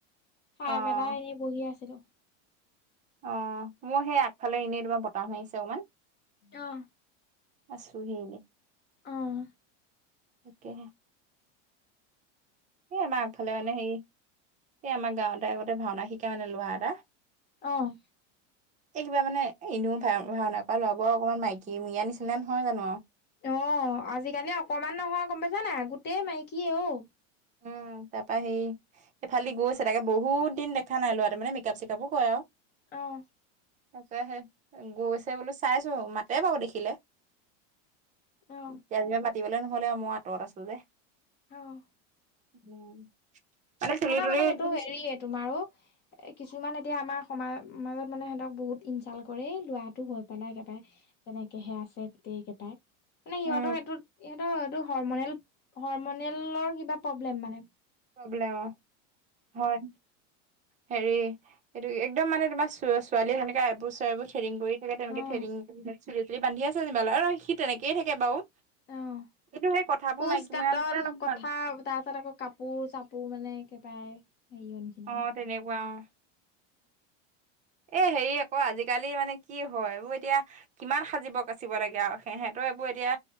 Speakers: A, on the left; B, on the right.
A: খায়
B: অ',
A: পেলাই এনেই বহি আছিলো
B: অ', মোৰ সেই আগফালে এনেই তোমাৰ বতাহ মাৰিছে অকণমান
A: আহ,
B: আছোহি এনেই
A: আহ
B: তাকে সেই আমাৰ আগফালে মানে সেই ই আমাৰ গাঁৱতে আগতে ভাওনা শিকা মানে লৰা এটা
A: অ',
B: এই কিবা মানে এনেও ভা ভাওনা কৰা ল'ৰাবোৰ অকনমান মাইকী মীয়া নিচিনা নহয় জানো অ',
A: অ', আজিকালি অকমান নোহোৱা গম পাইছা না নাই গোটেই মাইকী অঔ
B: উম, তাৰ পৰা সেই ইফালি দি গৈছে তাকে বহুত দিন দেখা নাই ল'ৰাটো মানে মেকআপ-চেকাপো কৰে আৰু
A: অ',
B: তে সেই গৈছে বোলো চাই আছোঁ ও মাতে বাৰু দেখিলে
A: অ',
B: তেজে মাতিবলে নহলে মই আঁতৰত আছো যে
A: অ',
B: উম, চুলি
A: হেনা
B: তুলি
A: মানে সেইটো
B: একদম
A: হেৰি তোমাৰো কিছুমান এতিয়া আমাৰ সমাজত মানে সিহঁতক বহুত ইনচালত কৰেই লৰাটো কয় পেলাই একে বাই তাকেহে <unintelligible> আছে গোটেই কেইটাই মানে সিহঁতৰ
B: উম
A: সেইটোত ইহঁত- এইটো হৰমনেল- হৰমনেলৰ কিবা প্ৰব্লেম মানে
B: প্ৰব্লেম <unintelligible> হয়। হেৰি, এইটো একদম মানে তোমাৰ ছোৱালী সেনেকা এবু চাইবু থ্ৰেডিং কৰি থাক তেনেকে
A: অ',
B: থ্ৰেডিং- চুলি তুলি বান্ধি আছে যেনিবা। আৰু সি তেনেকে থাকে বাৰু
A: অ',
B: কিন্তু সেই কথাবোৰ
A: খোজ-
B: মাইকী
A: কাতল
B: মৰা নিচিনা নহয়
A: কথা তাৰ পিছত আকৌ কাপোৰ-চাপো পো মানে একেবাৰে হেৰিয়ৰ নিচিনা
B: অ', তেনেকুৱা অ', এ হেৰি আকৌ আজিকালি মানে কি হয় এই এতিয়া কিমান সাজিব কাচিব লাগে আৰু সিহঁতে এইবোৰ এতিয়া